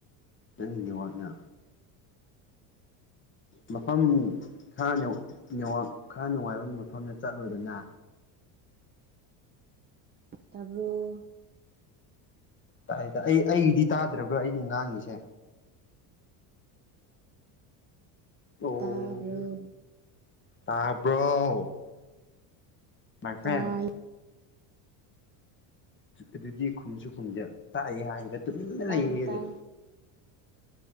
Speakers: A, on the left; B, on the right.
A: ꯅꯪꯒꯤ ꯅꯦꯡꯋꯥꯥꯛꯅ ꯃꯐꯝ ꯈꯔ ꯅꯦꯛꯋꯥꯛ ꯈꯔ ꯅꯨꯡꯉꯥꯏꯕ ꯃꯐꯝꯗ ꯆꯠꯂꯨꯗꯅ
B: ꯇꯥꯕꯔꫭ
A: ꯇꯥꯏ ꯇꯥꯏ ꯑꯩ ꯑꯩꯒꯤꯗꯤ ꯇꯥꯗ꯭ꯔꯕ꯭ꯔꯣ ꯑꯩꯗꯤ ꯉꯥꯡꯉꯤꯁꯦ ꯑꯣ
B: ꯇꯥꯕꯔꯣ
A: ꯇꯥꯕ꯭ꯔꯣ ꯃꯥꯏ ꯐ꯭ꯔꯦꯟ
B: ꯇꯥꯏ
A: ꯑꯗꯨꯗꯤ ꯈꯨꯝꯁꯨ ꯈꯨꯝꯗꯦ ꯇꯥꯏꯑꯦ ꯍꯥꯏꯒ ꯇꯨꯃꯤꯟꯅ
B: ꯇꯥꯏ
A: ꯂꯩꯔ ꯑꯗ
B: ꯇꯥꯏ